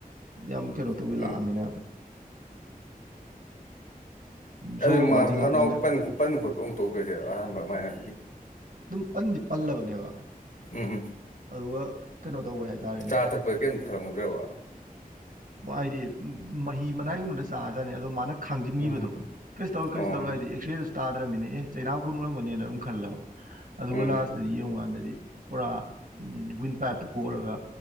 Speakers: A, on the right; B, on the left.
A: ꯌꯥꯝ ꯀꯩꯅꯣ ꯇꯧꯋꯤ
B: ꯎꯝ
A: ꯂꯥꯛꯑꯃꯤꯅ ꯖꯣꯔꯣꯟ
B: ꯑꯗꯨ
A: ꯋꯥꯁꯤꯜꯂꯛꯑꯃꯤꯅ
B: ꯃꯅꯥꯎ ꯈꯣꯠꯄ ꯑꯃꯨꯛ ꯇꯧꯗꯣꯏꯁꯦ ꯑꯍꯥꯟꯕ ꯑꯗꯨꯃꯥꯏꯅ
A: ꯄꯗꯤ ꯄꯜꯂꯕꯅꯦꯕ
B: ꯎꯝꯝ
A: ꯑꯗꯨꯒ ꯀꯩꯅꯣ ꯇꯧꯕꯩ ꯍꯥꯏꯇꯥꯔꯦꯅꯦ
B: ꯆꯥ ꯊꯛꯄꯒꯤ ꯀꯔꯤꯝꯇ ꯈꯪꯂꯝꯈ꯭ꯔꯕ
A: ꯍꯥꯏꯗꯤ ꯃꯍꯤ ꯃꯅꯥꯏꯒꯨꯝꯕꯗ ꯆꯥꯖꯥꯠꯅꯤ ꯑꯗꯣ ꯃꯥꯅ ꯈꯥꯡꯖꯤꯟꯈꯤꯕꯗꯣ
B: ꯎꯝ
A: ꯀꯩꯁꯨ ꯇꯧꯔꯣ ꯀꯩꯁꯨ
B: ꯑꯣ
A: ꯇꯧꯔꯣ ꯍꯥꯏꯗꯤ ꯑꯦꯛꯁꯔꯦꯗꯁꯨ ꯇꯥꯗ꯭ꯔꯕꯃꯤꯅꯦ ꯑꯦ ꯆꯩꯅꯥꯎ ꯀꯣꯟꯟ ꯎꯔꯝꯒꯅꯦꯅ ꯑꯗꯨꯝ ꯈꯜꯂꯕ ꯑꯗꯨꯕꯨꯂ
B: ꯎꯝ
A: ꯁꯗꯤ ꯎꯀꯥꯟꯗꯗꯤ ꯄꯨꯔꯥ ꯋꯤꯟ ꯄꯥꯏꯞꯇ ꯍꯔꯒ